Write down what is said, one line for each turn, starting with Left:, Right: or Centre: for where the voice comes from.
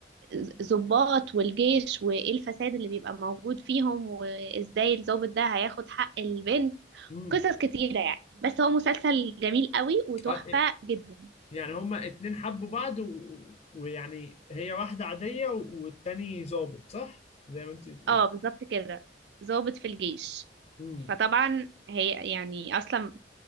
Right: الضباط والجيش وايه الفساد اللي بيبقى موجود فيهم وازاي الضابط ده هياخد حق البنت
Left: امم
Right: قصص كتيرة يعني بس هو مسلسل جميل قوي وتحفة
Left: اه إيه،
Right: جدا
Left: يعني هما اتنين حبوا بعض و... و- ويعني هي واحده عاديه و- والتاني ظابط صح زي ما انت بتقول
Right: اه بالظبط كده ضابط في الجيش
Left: امم
Right: فطبعا هي يعني اصلا